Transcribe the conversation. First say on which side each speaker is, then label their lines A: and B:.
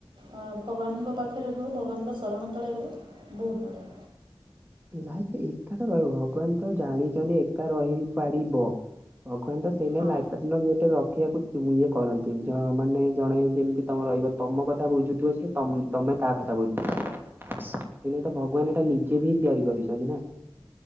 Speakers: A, on the right; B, on the right.
A: ଭଗବାନଙ୍କ ପାଖରେ ରୁହ ଭଗବାନଙ୍କ ଶରଣ ତଳେ ରୁହ ବହୁତ ବଢିଆ।
B: ଲାଇଫ ଏକା ରହିବ ଭଗବାନତ ଜାଣିଛନ୍ତି ଏକା ରହି ପାରିବ ଭଗବାନତ ସେଇ
A: ହଁ
B: ଲାଇ ରଖିବାକୁ। ଇଏ କରନ୍ତି ମାନେ ଜଣେ ଯେମିତି ତମେ ରହିବ ତମ କଥା ବୁଝୁଥିବ ସି ତମ ତମେ ତା କଥା ବୁଝୁ କିିନେ ତ ଭଗବାନ ଏଇଟା ନିଜେ ବି ହିଁ ତିଆରି କରିଛନ୍ତି ନା।